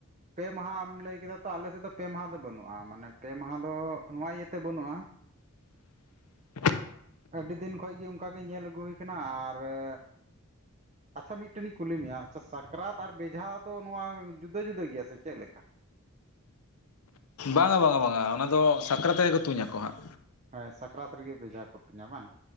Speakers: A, on the right; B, on the left.
A: ᱯᱮ ᱢᱟᱦᱟᱢ ᱞᱟᱹᱭ ᱠᱮᱫᱟ ᱛᱚ ᱟᱞᱮ ᱥᱮᱫ ᱫᱚ ᱯᱮ ᱢᱟᱦᱟ ᱫᱚ ᱵᱟᱹᱱᱩᱜᱼᱟ ᱢᱟᱱᱮ ᱯᱮ ᱢᱟᱦᱟ ᱫᱚ ᱛᱚ ᱱᱚᱣᱟ ᱤᱭᱟᱹᱛᱮ ᱵᱟᱹᱱᱩᱜᱼᱟ
B: <inaudible>
A: ᱟᱹᱰᱤ ᱫᱤᱱ ᱠᱷᱚᱡ ᱜᱮ ᱚᱱᱠᱟ ᱜᱮ ᱧᱮᱞ ᱟᱹᱜᱩ ᱦᱩᱭ ᱠᱟᱱᱟ ᱟᱨ ᱮ ᱟᱪᱪᱷᱟ ᱢᱤᱫᱴᱮᱱᱤᱧ ᱠᱩᱞᱤ ᱢᱮᱭᱟ ᱟᱪᱪᱷᱟ ᱥᱟᱠᱨᱟᱛ ᱟᱨ ᱵᱮᱡᱷᱟ ᱫᱚ ᱱᱚᱣᱟ ᱡᱩᱫᱟᱹ ᱡᱩᱫᱟᱹ ᱜᱮᱭᱟ ᱥᱮ ᱪᱮᱫ ᱞᱮᱠᱟ
B: ᱵᱟᱝᱟ ᱵᱟᱝᱟ ᱵᱟᱝᱟ ᱚᱱᱟ ᱫᱚ ᱥᱟᱠᱨᱟᱛ ᱨᱮᱜᱮ ᱠᱚ ᱛᱩᱧᱟᱠᱚ ᱦᱟᱸᱜ
A: ᱦᱳᱭ ᱥᱟᱠᱨᱟᱛ ᱨᱮᱜᱮ ᱵᱷᱮᱡᱟ ᱠᱚ ᱛᱩᱧᱟᱹ ᱵᱟᱝ